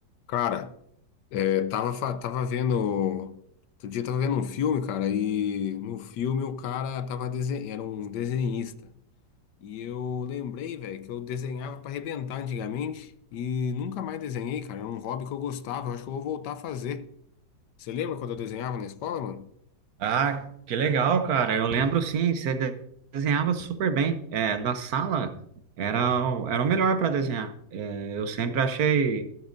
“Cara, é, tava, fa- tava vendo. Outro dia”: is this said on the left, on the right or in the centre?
Left